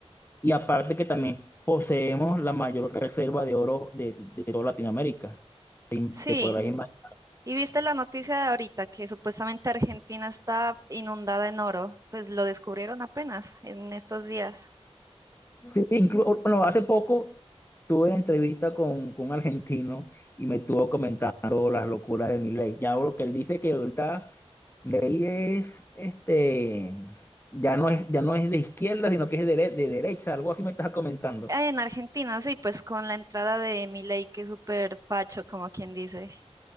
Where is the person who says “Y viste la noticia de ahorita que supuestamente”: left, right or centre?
Right